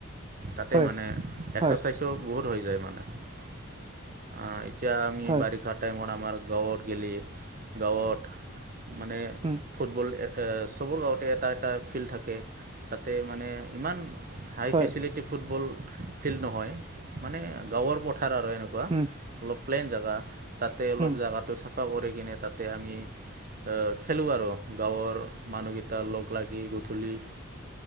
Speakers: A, on the right; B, on the right.
A: তাতে
B: হয়
A: মানে এক্সাৰচাইজো
B: হয়
A: বহুত হৈ যায় মানে। আহ' এতিয়া আমি
B: হয়
A: বাৰিষাত- টাইমত আমাৰ গাওঁত‌‌ গেলি গাঁৱত মানে-
B: উমঁ'।
A: ফুটবল চবৰ গাঁৱতে এটা এটা ফিল্ড থাকে। তাতে মানে ইমান হাই
B: হয়
A: ফেচিলিটি ফুটবল- ফিল্ড নহয় মানে গাঁৱৰ পথাৰ আৰু এনেকুৱা
B: উম
A: অলপ প্লেন জেগা। তাতে অলপ
B: উম
A: জেগাটো চাফা কৰি কিনে তাতে আমি- খেলোঁ আৰু গাঁৱৰ মানুহকেইটা লগ লাগি গধূলি-